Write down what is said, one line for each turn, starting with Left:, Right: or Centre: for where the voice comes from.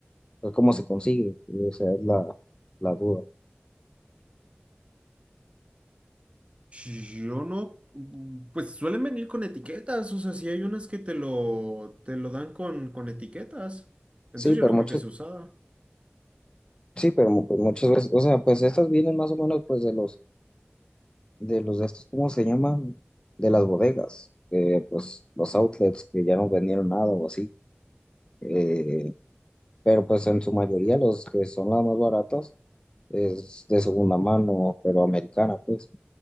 Left: pues, cómo se consigue, o sea, es la, la duda.
Right: Yo no, mm, pues suelen venir con etiquetas, o sea, si hay unas que te lo, te lo dan con, con etiquetas. Entonces
Left: Sí, pero
Right: yo no
Left: muchas,
Right: creo que sea usada.
Left: sí, pero mu- pues, muchas veces, o sea, pues estas vienen más o menos pues de los, de los de estos, ¿cómo se llaman? De las bodegas, eh, pues los outlets que ya no vendieron nada o así, eh, pero pues en su mayoría los que son las más baratas es de segunda mano, pero americana, pues,